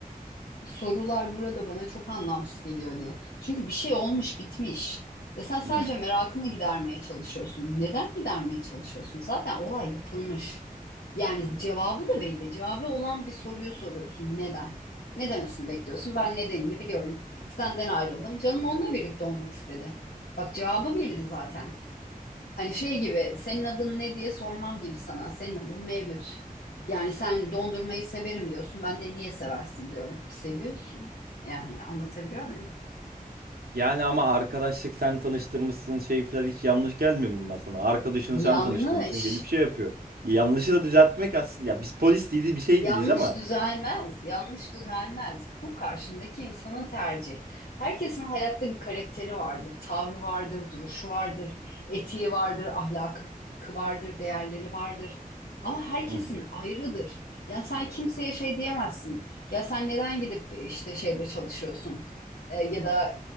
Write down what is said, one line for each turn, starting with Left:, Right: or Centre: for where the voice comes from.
Left: sorular burada bana çok anlamsız geliyor diye. Çünkü bir şey olmuş bitmiş. Ve sen sadece
Right: Hı hı.
Left: merakını gidermeye çalışıyorsun. Neden gidermeye çalışıyorsun? Zaten olay yapılmış. Yani cevabı da belli. Cevabı olan bir soruyu soruyorsun. Neden? Ne demesini bekliyorsun? Ben nedenini biliyorum. Senden ayrıldım. Canım onunla birlikte olmak istedi. Bak cevabı belli zaten. Hani şey gibi senin adın ne diye sormam gibi sana. Senin adın Mevlüt. Yani sen dondurmayı severim diyorsun. Ben de niye seversin diyorum. Seviyorsun. Yani anlatabiliyor muyum?
Right: Yani ama arkadaşlık sen tanıştırmışsın şey falan hiç yanlış gelmiyor mu bunlar sana. Arkadaşını
Left: Yanlış.
Right: sen tanıştırmışsın gelip şey yapıyor. Yanlışı da düzeltmek aslında ya biz polis değiliz bir şey
Left: Yanlış
Right: değiliz ama.
Left: düzelmez, yanlış düzelmez. Bu karşındaki insanın tercihi. Herkesin hayatta bir karakteri vardır, tavrı vardır, duruşu vardır, etiği vardır, ahlakı vardır, değerleri vardır. Ama herkesin
Right: Hı hı.
Left: ayrıdır. Yani sen kimseye şey diyemezsin. Ya sen neden gidip işte şeyde çalışıyorsun? E, ya da